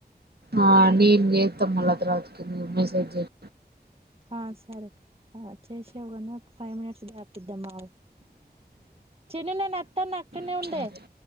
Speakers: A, on the right; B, on the right.
A: ఆ నేను చెత్తామళ్ళ తరువాతకి నువ్ మెసేజ్ చెయ్
B: ఆ సరే ఆ చేసేవ్ గానీ ఫైవ్ మినిట్స్ గ్యాప్ ఇద్దామా చిన్ని నేను అత్తాన్నా అక్కడనే
A: చెయ్
B: ఉండే